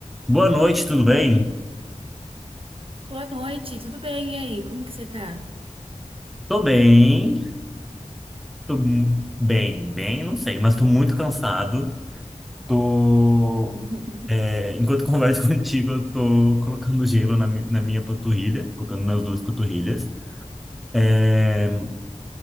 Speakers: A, in the centre; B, on the right.
A: Boa noite, tudo bem?
B: Boa noite, tudo bem? E aí, como que você tá?
A: Tô bem, tô m- bem, bem, não sei, mas tô muito cansado. Tô,
B: <laughs>
A: é, enquanto converso <laughs> contigo, eu tô colocando gelo na, mi- na minha panturrilha, colocando nas duas panturrilhas. É,